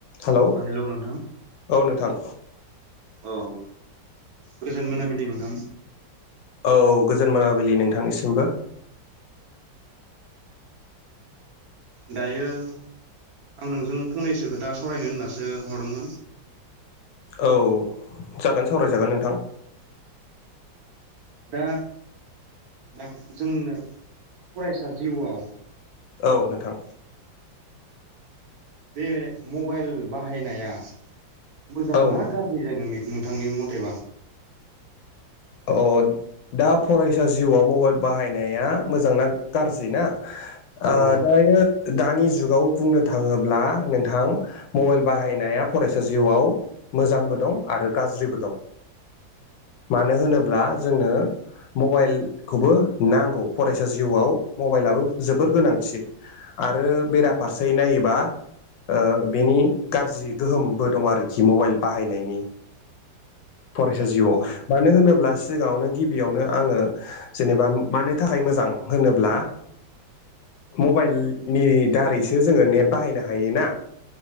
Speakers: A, on the left; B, on the right.
A: Hello
B: अ नोंथां
A: औ नोंथां
B: अ गोजोन मोनाबिलि नोंथां
A: औ गोजोन मोनाबिलि नोंथांनिसिमबो
B: दायो आं नोंजों फंनैसो खोथा सावरायनो होननासो हरदोंमोन
A: औ जागोन सावरायजागोन नोंथां
B: दा दा जोंनो फरायसा जिउआव
A: औ नोंथां
B: बे मबाइल बाहायनाया मोजांना
A: औ नोंथां
B: गार <unintelligible> नोंनि नोंथांनि मथेबा
A: अ दा फरायसा जिउआव मबाइल बाहायनाया मोजांना गाज्रि ना
B: औ
A: ओ
B: औ
A: दायो दानि जुगाव बुंनो थाङोब्ला नोंथां मबाइल बाहायनाया फरायसा जिउआव मोजांबो दं आरो गाज्रिबो दं मानो होनोब्ला जोंनो मबाइलखौबो नांगौ फरायसा जिउआव मबाइलाबो जोबोर गोनांथि आरो बेराफारसे नायोबा ओ बेनि गाज्रि गोहोमबो दं आरोखि मबाइल बाहायनायनि फरायसा जिउआव
B: औ
A: मानो होनोब्ला सिगाङावनो गिबियावनो आङो जेनेबा मानो थाखाय मोजां होनोब्ला मबाइलनि दारैसो जोङो नेट बाहायनो हायो ना